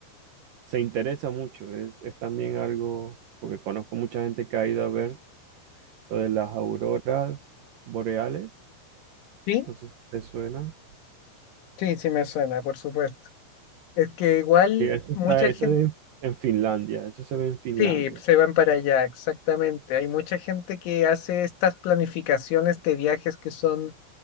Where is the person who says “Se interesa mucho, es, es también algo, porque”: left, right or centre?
Right